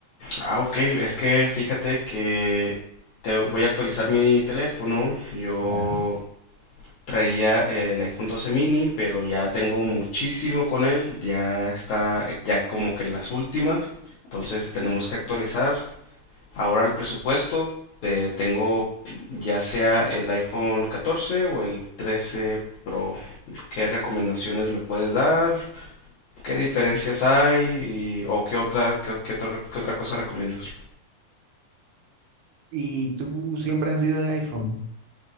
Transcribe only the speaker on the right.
Ya.
¿Y tú siempre has sido de iPhone?